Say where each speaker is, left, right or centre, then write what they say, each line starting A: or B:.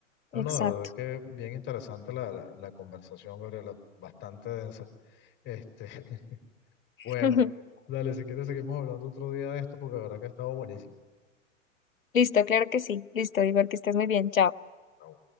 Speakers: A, on the left (about 25°); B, on the left (about 85°).
A: No,
B: Exacto.
A: no, de verdad que bien interesante la, la, la conversación, Gabriela, bastante densa. Este, <laughs> bueno,
B: <laughs>
A: dale, si quieres seguimos hablando otro día de esto porque de verdad que ha estado buenísimo.
B: Listo, claro que sí. Listo, Igor, que estés muy bien. Chao.
A: Ah,